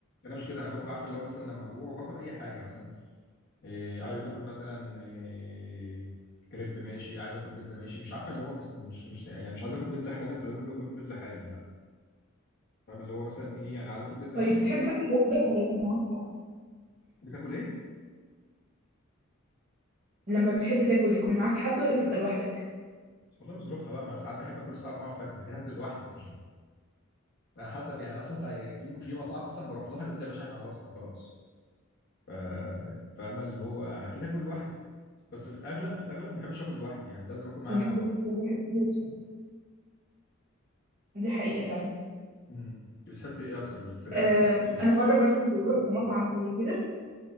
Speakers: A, on the left; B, on the right.
A: انا مش كده انا باكل عارفه اللي هو مثلا لما اجوع وباكل اي حاجه مثلا إيه عايز اكل مثلا إيه كريب ماشي عايز اكل بيتزا ماشي مش عارفه اللي هو مش مش مش يعني مش عايز اكل بيتزا حالا فلازم اكل آكل بيتزا حالا لا فاهم اللي هو مثلا ايه انا عايز اكل بيتزا
B: طيب
A: مثلا
B: بتحب تاكل لوحدك ولا يكون معاك حد
A: بتاكل ايه
B: لما بتحب تاكل يكون معاك حد ولا بتبقى لوحدك
A: والله بظروفها بقى ما ساعات بحب اكل الساعه 4 الفجر فكده انزل لوحدي حسب يعني اصلا ساعة- في في مطاعم اصلا بروح لها يقول لي يا باشا احنا خلصنا خلاص ف- فاهمه اللي هو اكيد هاكل لوحدي بس في الاغلب في الاغلب ما بحبش اكل لوحدي يعني لازم اكل معايا
B: الموقف
A: حد
B: ده الواحد فيه- دي حقيقه فعلا
A: امم انت بتحبي ايه اكتر الفراخ
B: آه،
A: ولا اللحمه
B: انا مره برضو رحت مطعم زي كده